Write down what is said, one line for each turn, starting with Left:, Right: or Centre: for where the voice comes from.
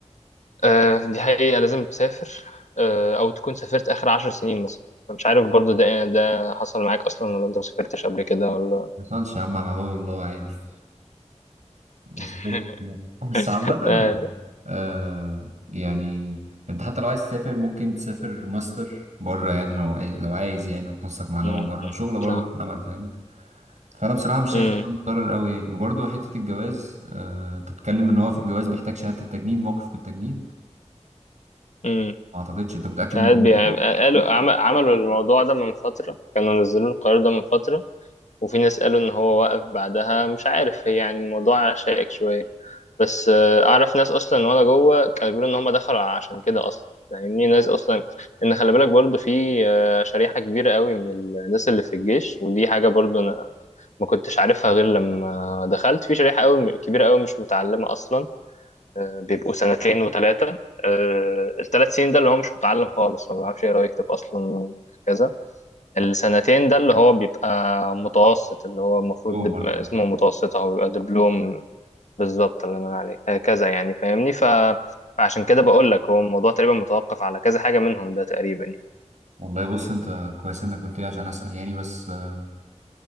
Left: آه دي حقيقة لازم تسافر آه أو تكون سافرت آخر عشر سنين مثلا مش عارف برضو ده ده حصل معاك أصلا ولا أنت مسافرتش قبل كده ولا
Right: ما يحصلش يا عم على باب الله عادي ما
Left: <laughs>
Right: سافرتش لا بس عامة
Left: آه
Right: آه يعني انت حتى لو عايز تسافر ممكن تسافر ماستر بره يعني لو عايز لو عايز يعني وتنسق مع
Left: أمم،
Right: جامعة بره وشغلة برضه
Left: صح
Right: بتتعمل فاهم فانا بصراحة مش شايف
Left: أمم،
Right: ان انا متضرر قوي يعني وبرضه حتة الجواز آه انت بتتكلم ان هو في الجواز بيحتاج شهادة التجنيد موقف من التجنيد
Left: أمم.
Right: ما اعتقدش انت متأكد
Left: ساعات
Right: من المعلومة
Left: بيبقى
Right: دي؟
Left: قالوا عم- عملوا الموضوع ده من فترة كانوا نزلوا القرار ده من فترة وفي ناس قالوا إن هو وقف بعدها مش عارف هي يعني الموضوع شائك شوية بس آه، اعرف ناس اصلا وانا جوه كانوا بيقولوا ان هم دخلوا عشان كده اصلا فاهمني ناس اصلا ان خلي بالك برضو في آه، شريحه كبيره قوي من الناس اللي في الجيش ودي حاجه برضو انا ما كنتش عارفها غير لما دخلت في شريحه قوي كبيره قوي مش متعلمه اصلا آه، بيبقوا سنتين وثلاثه الثلاث سنين ده اللي هو مش متعلم خالص ما بيعرفش يقرا ويكتب اصلا هكذا السنتين ده اللي هو بيبقى متوسط اللي هو المفروض
Right: يوم
Left: دب...
Right: ولا
Left: اسمه
Right: حاجة
Left: متوسط او بيبقى دبلوم بالظبط اللي انا عليك هكذا يعني فاهمني ف... فعشان كده بقول لك هو الموضوع تقريبا متوقف على كذا حاجة منهم ده تقريبا يعني
Right: والله بص انت كويس انك قلت لي عشان اسأل يعني بس آه